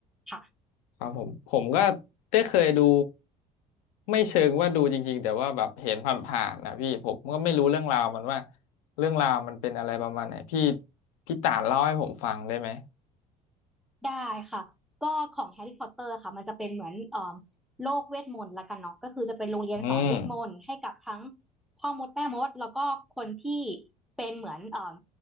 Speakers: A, in the centre; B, on the left.
A: ค่ะ
B: ครับผมผมก็ได้เคยดูไม่เชิงว่าดูจริงๆแต่ว่าแบบเห็นผ่านๆนะพี่ผมก็ไม่รู้เรื่องราวมันว่าเรื่องราวมันเป็นอะไรประมาณไหนพี่พี่ต่านเล่าให้ผมฟังได้ไหม
A: ได้ค่ะก็ของแฮร์รี่พอตเตอร์ค่ะมันจะเป็นเหมือนเอ่อโลกเวทมนต์ละกันเนาะก็คือจะเป็นโรงเรียนสอนเวทมนต์ให้กับทั้ง
B: อืม
A: พ่อมดแม่มดแล้วก็คนที่เป็นเหมือนเอ่อ